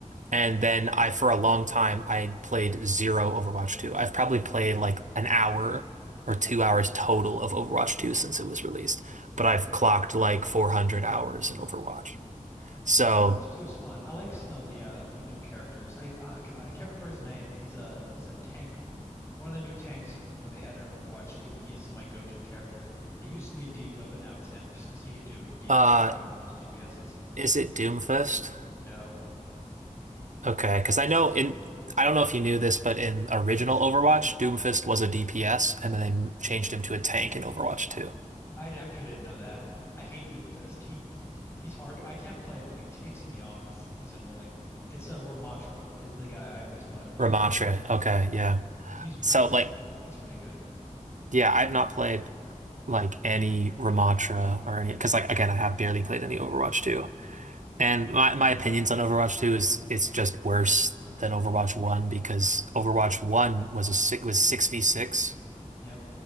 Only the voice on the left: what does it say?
Dang.
<laughs>
Overwatch 2 is fun. I like some of the uh the new characters. I oh God, I can't remember his name, but he's a he's a tank. One of the new tanks for, for they added in Overwatch 2. He's my go-to character. It used to be Diva, but now it's him, just because he can do DPS
better than most DPSs.
No,
so
I d- actually didn't know that. I hate Doomfist. He he's hard. I can't play him, but he ticks me off because he's annoying. It's uh, Ramatra is the guy I always play in Overwatch
too.
He's really
he
c- he's really good.
Uh,
Yep,